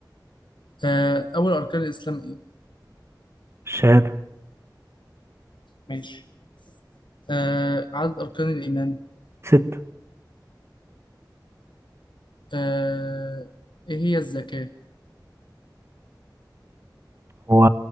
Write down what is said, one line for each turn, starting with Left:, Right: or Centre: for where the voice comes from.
Left: آه اول اركان الاسلام ايه
Right: الشهادة
Left: ماشي آه عدد أركان الإيمان
Right: ستة
Left: آه إيه هي الزكاة
Right: هو